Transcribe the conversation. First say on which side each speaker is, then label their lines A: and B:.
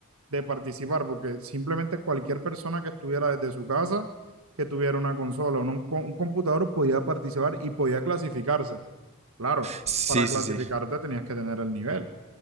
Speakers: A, on the right (about 70°); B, on the right (about 30°).
A: de participar, porque simplemente cualquier persona que estuviera desde su casa, que tuviera una consola o un, un, computador, podía participar y podía clasificarse. Claro,
B: Sí,
A: para clasificarte
B: sí, sí.
A: tenías que tener el nivel,